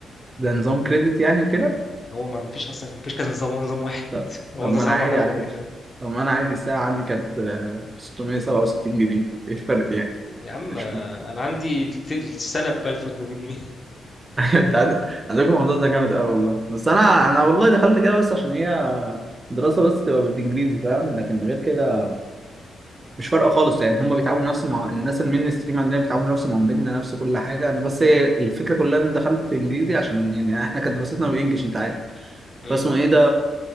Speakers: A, on the right (about 25°); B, on the left (about 35°).
A: ده نظام كريدت يعني وكده
B: هو ما فيش أصلا ما فيش كذا نظام هو نظام واحد
A: طب
B: <laughs> هو
A: طب
B: نظام
A: ما
B: ساعات
A: أنا عادي
B: معتمدة
A: على
B: كده
A: فكرة
B: كده
A: طب ما أنا عادي الساعة عندي كانت آه، 667 جنيه إيه الفرق يعني
B: يا عم آه،
A: <laughs>
B: أنا عندي الت- السنة ب 1800 جنيه
A: أيوة، انت عند- عندكم الموضوع ده جامد قوي والله بس انا انا والله دخلت كده بس عشان هي دراسه بس تبقى بالانجليزي فاهم لكن غير كده مش فارقه خالص يعني هم بيتعاملوا نفس مع... الناس المين ستريم عندنا بيتعاملوا نفس معاملتنا نفس كل حاجه انا بس هي الفكره كلها ان دخلت انجليزي عشان يعني احنا كانت دراستنا بالانجلش انت عارف
B: <laughs> مم.
A: فاسمه ايه ده